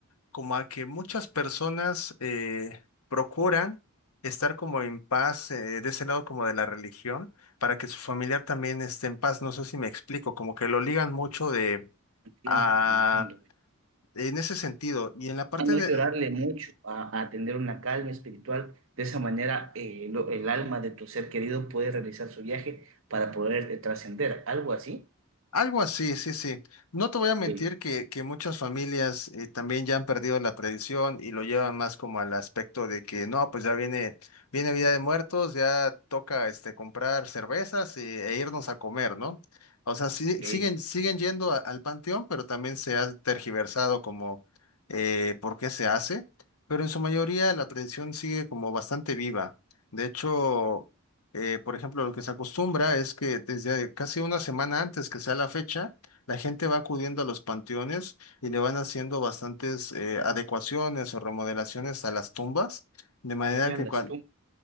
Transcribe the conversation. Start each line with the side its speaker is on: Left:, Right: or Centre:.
Left: como a que muchas personas eh, procuran estar como en paz eh, de ese lado como de la religión para que su familiar también esté en paz. No sé si me explico, como que lo ligan mucho de
Right: entiendo,
Left: Ah,
Right: entiendo.
Left: en ese sentido, y en la parte
Right: A no
Left: de
Right: llorarle mucho, a, a tener una calma espiritual. De esa manera, eh, lo- el alma de tu ser querido puede realizar su viaje para poder eh, trascender. ¿Algo así?
Left: algo así, sí, sí. No te voy a
Right: Ok,
Left: mentir que, que muchas familias eh, también ya han perdido la tradición y lo llevan más como al aspecto de que no, pues ya viene, viene Vida de Muertos, ya toca este comprar cervezas e, e irnos a comer, ¿no? O sea, sí-
Right: ok.
Left: siguen, siguen yendo a- al panteón, pero también se ha tergiversado como eh, por qué se hace, pero en su mayoría la tradición sigue como bastante viva. De hecho, Eh, por ejemplo, lo que se acostumbra es que desde casi una semana antes que sea la fecha, la gente va acudiendo a los panteones y le van haciendo bastantes eh, adecuaciones o remodelaciones a las tumbas, de manera
Right: Arreglan
Left: que
Right: las
Left: cuan-
Right: tumbas.